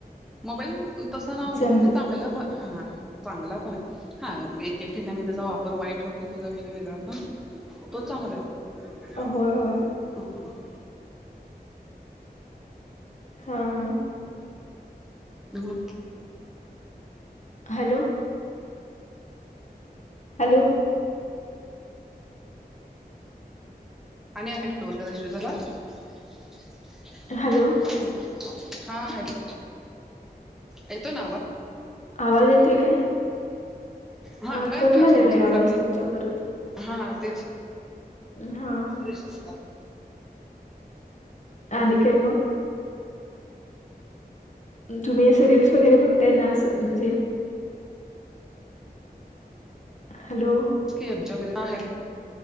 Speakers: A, in the centre; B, on the left (about 45°).
A: मोबाईल तसं ना म्हणजे,
B: समज
A: चांगलं पण हा चांगला पणे. हा एक- एक ठिकाणी त्याचा वापर वाईट होतोय, तो काय विषय वेगळा, पण तो चांगला श कना
B: होय होय
A: ब <unintelligible>
B: हां हां.
A: हम्.
B: हॅलो. हॅलो.
A: <unintelligible>
B: हॅलो
A: हा हॅल. येतोय ना आवा.
B: आवाज येतोय काय?
A: हा
B: आं
A: मला
B: कट
A: येतोय
B: व्हाय लागलाय
A: तुमचा बोला
B: आवाज
A: की
B: तुमचा परत.
A: हा तेच.
B: हम्म.
A: <unintelligible> हा
B: आणि काय मग? तुम्ही असं रीलस वगैरे बघताय ना असं म्हणजे हॅलो.
A: <unintelligible>